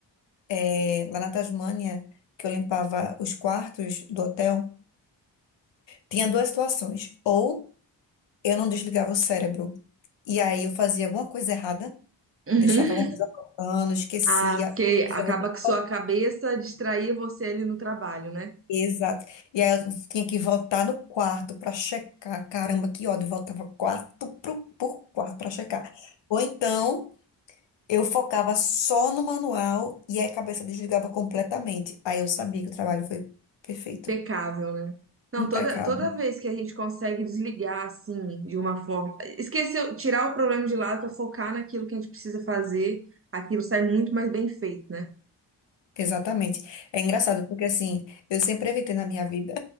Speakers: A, on the left (about 70°); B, on the right (about 30°).
A: eh, lá na Tasmânia, que eu limpava os quartos do hotel, tinha duas situações. Ou eu não desligava o cérebro, e aí eu fazia alguma coisa errada.
B: Uhum.
A: Deixava alguma coisa faltando, esquecia.
B: Ah, porque
A: Puxa,
B: acaba
A: eu vou ter que
B: que sua
A: voltar.
B: cabeça distraía você ali no trabalho, né?
A: Exato. E aí eu tinha que voltar no quarto para checar. Caramba, que ódio. Voltava quarto pro, por quarto para checar. Ou então eu focava só no manual e aí a cabeça desligava completamente. Aí eu sabia que o trabalho foi perfeito.
B: Impecável, né? Não,
A: Impecável.
B: toda, toda vez que a gente consegue desligar, assim, de uma forma. Esquecer, tirar o problema de lado para focar naquilo que a gente precisa fazer, aquilo sai muito mais bem feito, né?
A: Exatamente. É engraçado, porque assim, eu sempre evitei na minha vida.